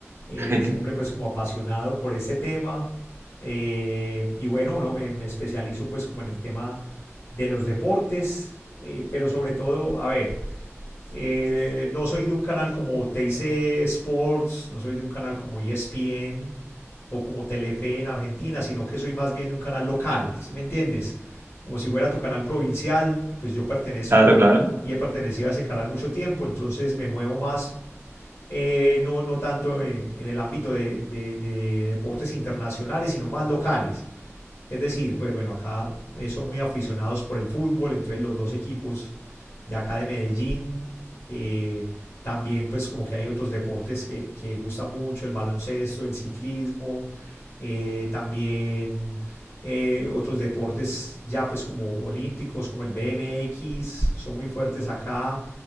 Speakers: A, on the left; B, on the right.
A: eh,
B: <laughs>
A: siempre pues como apasionado por ese tema. eh, y bueno, no, me, me especializo pues como en el tema de los deportes, eh, pero sobre todo, a ver, Eh, no soy de un canal como TIC Sports, no soy de un canal como ESPN o como Telefe en Argentina, sino que soy más bien de un canal local, ¿sí me entiendes? Como si fuera tu canal provincial, pues yo pertenezco
B: Claro, claro.
A: y he pertenecido a ese canal mucho tiempo, entonces me muevo más eh, no, no tanto en, en el ámbito de, de- de deportes internacionales, sino más locales. Es decir, pues bueno, acá eh, son muy aficionados por el fútbol, entonces los dos equipos de acá de Medellín, eh, también pues como que hay otros deportes que, que gustan mucho, el baloncesto, el ciclismo, eh, también eh, otros deportes ya pues como olímpicos, como el BMX, son muy fuertes acá